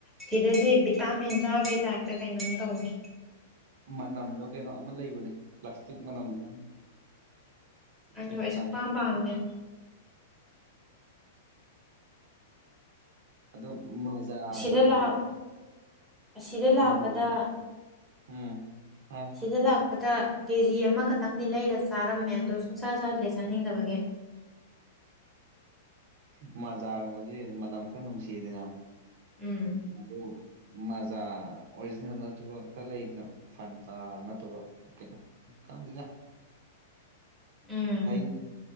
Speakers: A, in the centre; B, on the right (about 50°).
A: ꯁꯤꯗꯗꯤ ꯚꯤꯇꯥꯃꯤꯟ ꯆꯥꯕꯩ ꯇꯥꯏꯞꯇ ꯀꯩꯅꯣꯝ ꯇꯧꯏ
B: ꯃꯅꯝꯗꯣ ꯀꯩꯅꯣ ꯑꯃ ꯂꯩꯕꯅꯦ ꯄ꯭ꯂꯥꯁꯇꯤꯛ ꯃꯅꯝꯗꯣ
A: ꯑꯗꯨꯗ
B: ꯑꯩꯁꯨ
A: ꯑꯩ
B: ꯇꯜꯂꯤ
A: ꯁꯨꯝ ꯄꯥꯝ ꯄꯥꯝꯅꯦ
B: ꯑꯣ ꯃꯖꯥꯒꯨꯝꯕꯁꯦ
A: ꯁꯤꯗ ꯂꯥꯛ ꯑꯁꯤꯗ ꯂꯥꯛꯄꯗ
B: ꯃꯅꯝ ꯎꯝ ꯍꯥꯏ
A: ꯁꯤꯗ ꯂꯄ ꯀꯦꯖꯤ ꯑꯃꯈꯛꯇꯪꯗꯤ ꯂꯩꯔ ꯆꯥꯔꯝꯃꯦ ꯑꯗꯣ ꯁꯨꯡꯁꯥ ꯆꯥꯗ꯭ꯔꯦ ꯆꯥꯅꯤꯡꯗꯕꯒꯤ
B: ꯎꯝ ꯎ ꯃꯖꯥꯒꯁꯤ ꯃꯅꯝ ꯈꯔ ꯅꯨꯡꯁꯤꯗꯅ
A: ꯎꯝ
B: ꯑꯗꯨꯗ ꯃꯖꯥ ꯑꯣꯔꯤꯖꯤꯅꯦꯜ ꯅꯠꯇꯕ ꯈꯔ ꯂꯩꯗꯅꯣ ꯐꯟꯇꯥ ꯅꯠꯇꯕ ꯀꯩꯅꯣ ꯀꯥꯟꯗꯗ
A: ꯎꯝ
B: ꯍꯥꯏ